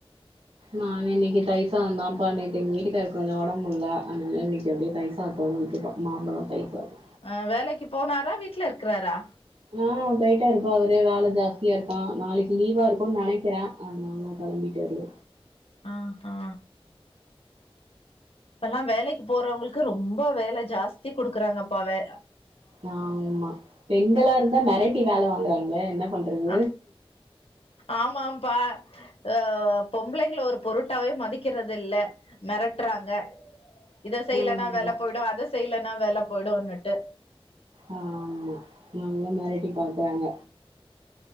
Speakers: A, on the right; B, on the left.
A: நாங்க இன்னைக்கு தயிர்சாதோ தாப்பா நேத்து எங்க வீட்டுகாரருக்கு கொஞ்சோ ஒடம்பு முடில அதனால இன்னைக்கு அப்டே தயிர் சாதத்தோட விட்டுடோ மாம்பழோ தயிர் சாதோ
B: ஆ வேலைக்கு போனாரா வீட்ல இருக்றாரா
A: ஆ போயிட்டாருப்பா அவுரு வேல ஜாஸ்தியா இருக்கா நாளைக்கு லீவா இருக்குன் நனைக்கிற அதனால கெளம்பிட்டாரு
B: ஆஹா இப்பல்லா வேலைக்கு போறவுங்களுக்கு ரொம்ப வேல ஜாஸ்தி குடுக்கறாங்கப்பா வேல
A: ஆமா பெண்களா இருந்தா மெரட்டி வேல வாங்கறாங்களே என்ன பண்றது
B: ஆ ஆமாம்பா அ பொம்பளைங்க ஒரு பொருட்டாவே மதிக்கிறது இல்ல மெரட்றாங்க இத செய்யலனா
A: ஆமா
B: வேல போயிடு அத செய்யலனா வேல போயிடுன்னுட்டு
A: ஆமா நல்லா மெரட்டி பாக்கறாங்க